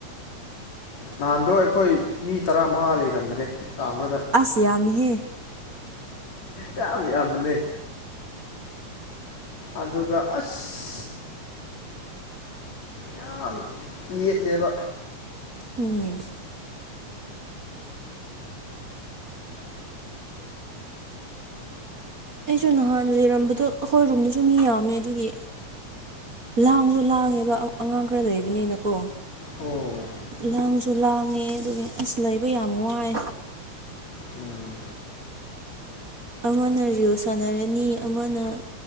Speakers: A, on the left; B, on the right.
A: ꯅꯍꯥꯟꯗꯣ ꯑꯩꯈꯣꯏ ꯃꯤ ꯇꯔꯥꯃꯉꯥ ꯂꯩꯔꯝꯕꯅꯦ ꯀꯥ ꯑꯃꯗ
B: ꯑꯁ ꯌꯥꯝꯃꯤꯍꯦ
A: ꯍ ꯍ ꯌꯥꯝ ꯌꯥꯝꯕꯅꯦ ꯑꯗꯨꯒꯥ ꯑꯁ ꯌꯥꯝ ꯌꯦꯠꯂꯦꯕ
B: ꯎꯝ ꯑꯩꯁꯨ ꯅꯍꯥꯟ ꯂꯤꯔꯝꯕꯗꯣ ꯑꯈꯣꯏ ꯔꯣꯝꯗꯨꯖꯨ ꯃꯤ ꯌꯥꯝꯃꯦ ꯑꯗꯨꯒꯤ ꯂꯥꯡꯖꯨ ꯂꯥꯡꯉꯦꯕ ꯑ ꯑꯉꯥꯡ ꯈꯔ ꯂꯩꯕꯅꯤꯅꯀꯣ
A: ꯑꯣ
B: ꯂꯥꯡꯖꯨ ꯂꯥꯡꯉꯦ ꯑꯗꯨꯒꯤ ꯑꯁ ꯂꯩꯕ ꯌꯥꯝ ꯋꯥꯏ
A: ꯎꯝ
B: ꯑꯃꯅ ꯔꯤꯜ ꯁꯥꯟꯅꯔꯅꯤ ꯑꯃꯅ